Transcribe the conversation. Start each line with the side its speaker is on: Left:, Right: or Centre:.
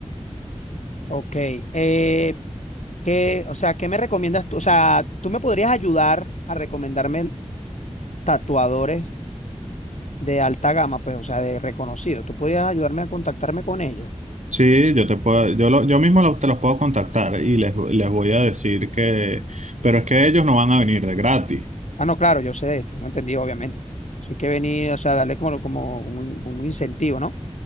Left: Ok. eh, ¿qué, o sea, ¿qué me recomiendas tú? O sea, ¿tú me podrías ayudar a recomendarme tatuadores de alta gama, pues, o sea, de reconocidos? ¿Tú podrías ayudarme a contactarme con ellos?
Right: Sí, yo te puedo, yo, lo- yo mismo lo- te los puedo contactar y les, les voy a decir que, pero es que ellos no van a venir de gratis.
Left: Ah, no, claro, yo sé de esto, no entendí, obviamente. Así que venir, o sea, darle como, como un, un incentivo, ¿no?